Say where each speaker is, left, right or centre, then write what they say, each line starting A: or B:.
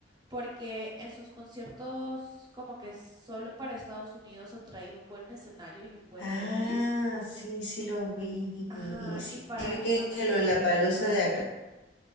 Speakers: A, on the right (about 25°); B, on the left (about 70°).
A: porque en sus conciertos como que solo para Estados Unidos ha traído un buen escenario y un buen
B: Ah,
A: setlist.
B: sí, sí lo vi.
A: Ajá,
B: Sí,
A: y para
B: sí vi
A: Latinoamérica
B: que en el Lollapalooza
A: horrible.
B: de acá